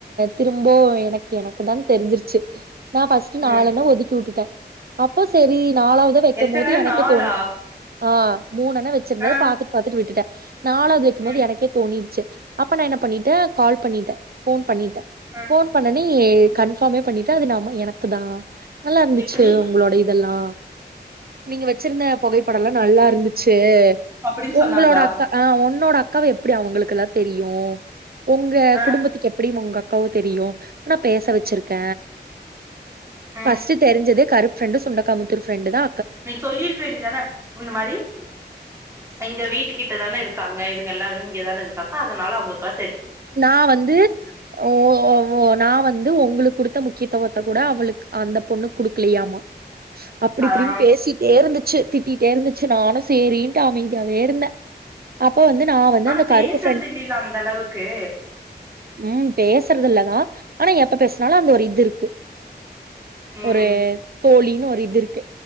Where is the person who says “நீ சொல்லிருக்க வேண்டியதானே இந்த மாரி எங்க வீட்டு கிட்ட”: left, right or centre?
Right